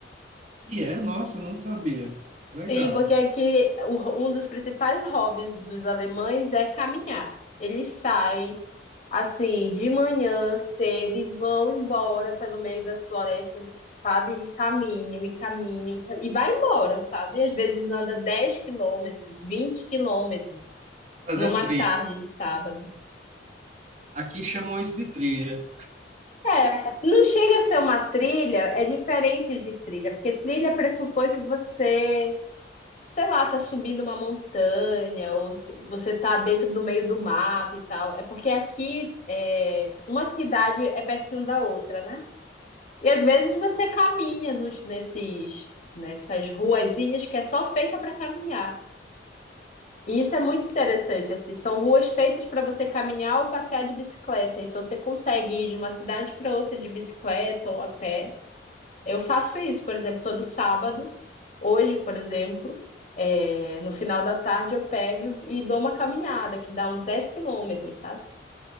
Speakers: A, on the right (about 40°); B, on the left (about 45°).
A: E é, nossa, eu não sabia. Legal.
B: Sim, porque aqui o- um dos principais hobbies dos alemães é caminhar. Eles saem assim de manhã cedo e vão embora pelo meio das florestas, sabe? E caminham e caminham e cam- e vai embora, sabe? Às vezes anda 10 quilômetros, 20 quilômetros
A: Fazendo
B: numa
A: trilha.
B: tarde de sábado.
A: Aqui chamam isso de trilha.
B: É, não chega a ser uma trilha, é diferente de trilha, porque trilha pressupõe que você sei lá, tá subindo uma montanha, ou você tá dentro do meio do mato e tal. É porque aqui é, uma cidade é pertinho da outra, né? E às vezes você caminha nos, nesses, nessas ruazinhas que é só feita para caminhar. E isso é muito interessante, assim, são ruas feitas para você caminhar ou passear de bicicleta. Então você consegue ir de uma cidade para outra de bicicleta ou a pé. Eu faço isso, por exemplo, todo sábado. Hoje, por exemplo, é, no final da tarde eu pego e dou uma caminhada, que dá uns 10 quilômetros, sabe?